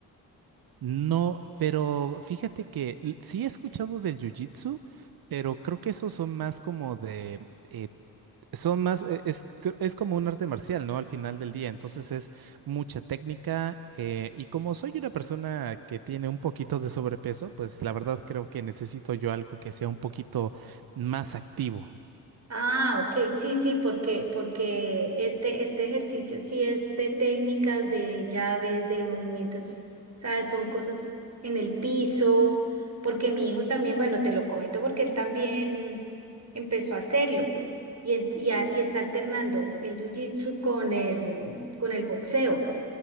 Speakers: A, on the right; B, on the right.
A: No, pero fíjate que l- sí he escuchado del jiu-jitsu, pero creo que esos son más como de... eh, son más... e- Es, c- es como un arte marcial, ¿no? Al final del día. Entonces es mucha técnica. eh, y como soy una persona que tiene un poquito de sobrepeso, pues la verdad creo que necesito yo algo que sea un poquito más activo.
B: Ah, ok, sí, sí, porque, porque este, este ejercicio sí es de técnicas, de llaves, de movimientos, ¿sabes? Son cosas en el piso, porque mi hijo también, bueno, te lo comento porque él también empezó a hacerlo y, en- y, a- y está alternando el jiu-jitsu con el, con el boxeo